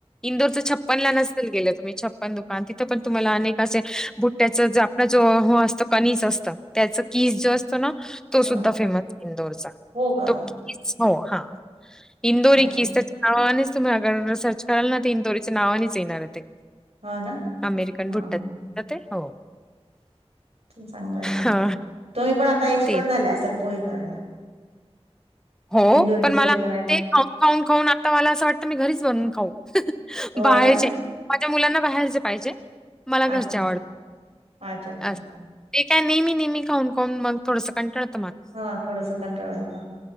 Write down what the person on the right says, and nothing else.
हा
हो का
अच्छा
हा ना
हा
हा
चांगलंय, चांगल
तुम्ही पण आता एक्सपर्ट
झाले असाल पोहे करायला.
इंदोरी
पोहे
करायला
हो
ना
अच्छा
अच्छा अच्छा
हा थोडसं कंनटाळा येतो,